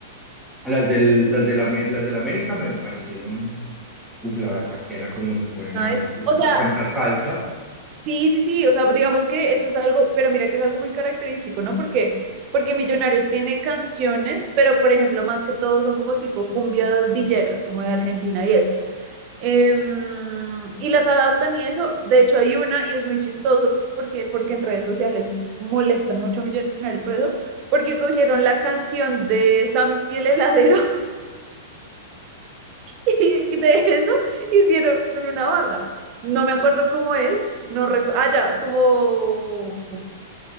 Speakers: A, in the centre; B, on the right (about 40°).
A: las del, las de la, Amé- las de la América me parecieron, uf, la berraquera, como se ponen
B: Nice.
A: a, pues,
B: O
A: a
B: sea,
A: cantar salsa.
B: sí, sí, sí, o sea, digamos que eso es algo, pero mira que es algo muy característico, ¿no? Porque, porque Millonarios tiene canciones, pero por ejemplo, más que todo son como tipo cumbias villeras, como de Argentina y eso. Em, y las adaptan y eso, de hecho hay una y es muy chistoso porque, porque en redes sociales molestan mucho a Millonarios por eso, porque cogieron la canción de Sammy el heladero <laughs> Y de eso hicieron una barra. No me acuerdo cómo es, no recuerdo. Ah, ya, como.